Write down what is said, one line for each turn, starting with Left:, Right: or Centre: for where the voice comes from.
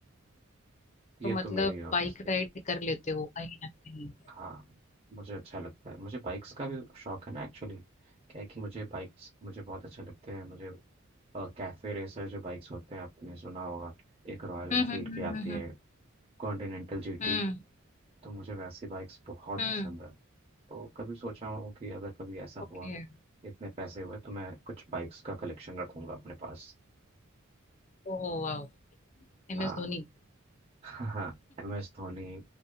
Right: ये
Left: तो मतलब
Right: तो मेरी हॉबीज
Left: बाइक
Right: थी
Left: राइड कर लेते हो कहीं ना कहीं
Right: हाँ मुझे अच्छा लगता है मुझे बाइक्स का भी शौक है ना एक्चुअली क्या है कि मुझे बाइक्स मुझे बहुत अच्छे लगते हैं मुझे कैफे रेसर जो बाइक्स होते हैं आपने सुना होगा एक रॉयल एनफील्ड
Left: हम्म हम्म
Right: की आती
Left: हम्म
Right: है कॉन्टिनेंटल जीटी
Left: हम्म
Right: तो मुझे वैसी बाइक्स बहुत
Left: हम्म
Right: पसंद है तो कभी सोचा हूँ कि अगर कभी ऐसा
Left: ओके
Right: हुआ इतने पैसे हुए तो मैं कुछ बाइक्स का कलेक्शन रखूंगा अपने पास
Left: ओ वाह M
Right: हाँ
Left: S Dhoni
Right: <laughs> हाँ एम एस धोनी